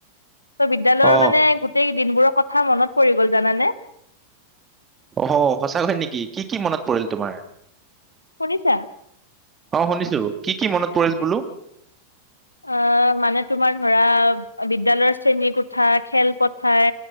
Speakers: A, on the left (about 80°); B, on the right (about 20°).
A: ত বিদ্যালয়ৰ
B: অ
A: মানে গোটেই দিনবোৰৰ কথা মনত পৰি গ'ল জানানে
B: অ সঁচাকৈ নেকি কি কি মনত পৰিল তোমাৰ
A: শুনিছা
B: অ শুনিছো কি কি মনত পৰিল বোলো
A: অ মানে তোমাৰ ধৰা, বিদ্যালয়ৰ শ্ৰেণী কোঠা, খেল পথাৰ,